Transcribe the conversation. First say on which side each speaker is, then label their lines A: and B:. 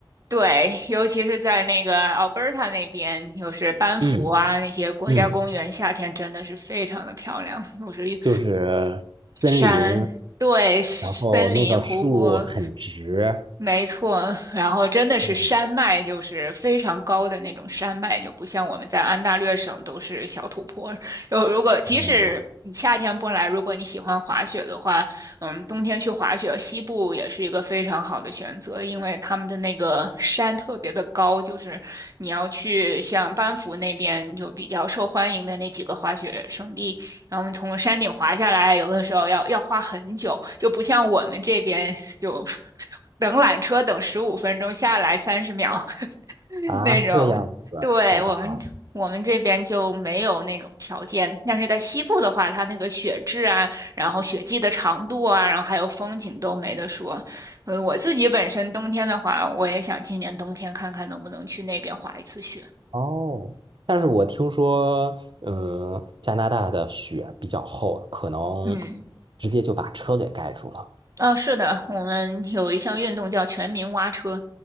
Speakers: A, on the right; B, on the right.
A: 对，尤其是在那个 Alberta 那边，就是班夫啊那些国家公园，
B: 嗯嗯，
A: 夏天真的是非常的漂亮，就是有
B: 就是森林，
A: 山，对，森林、
B: 然后那个树很直。
A: 湖泊，没错。然后真的是山脉，
B: 嗯，
A: 就是非常高的那种山脉，就不像我们在安大略省都是小土坡儿就如果即使你夏天不来，
B: 那样
A: 如果你喜欢滑雪的话，嗯，冬天去滑雪，西部也是一个非常好的选择，因为他们的那个山特别的高，就是你要去像班夫那边就比较受欢迎的那几个滑雪胜地，然后你从山顶滑下来，有的时候要要花很久，就不像我们这边就 <laughs> 等缆车等十五分钟下来三十秒，<laughs>
B: 啊，
A: 那种，
B: 这样子，
A: 对，
B: 好吧。
A: 我们我们这边就没有那种条件，但是在西部的话，它那个雪质啊，然后雪季的长度啊，然后还有风景都没得说。呃，我自己本身冬天的话，我也想今年冬天看看能不能去那边滑一次雪。
B: 哦，但是我听说，嗯，加拿大的雪比较厚，可能
A: 嗯。
B: 直接就把车给盖住了，
A: 哦，是的，我们有一项运动叫全民挖车，